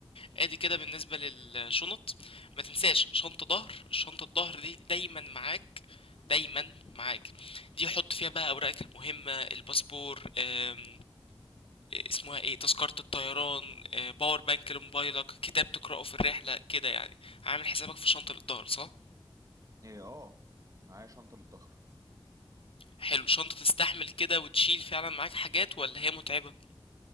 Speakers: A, on the left; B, on the right.
A: ادي كده بالنسبة للشنط ما تنساش شنطة ظهر شنطة الظهر دي دايما معاك دايما معاك دي حط فيها بقى اوراقك المهمة الباسبور آم، اسمها ايه تذكرة الطيران آه، باور بانك لموبايلك كتاب تقرأه في الرحلة كده يعني عامل حسابك في شنطة للظهر صح؟
B: إيه، اه معايا شنطة للظهر
A: حلو شنطة تستحمل كده وتشيل فعلا معاك حاجات ولا هي متعبة؟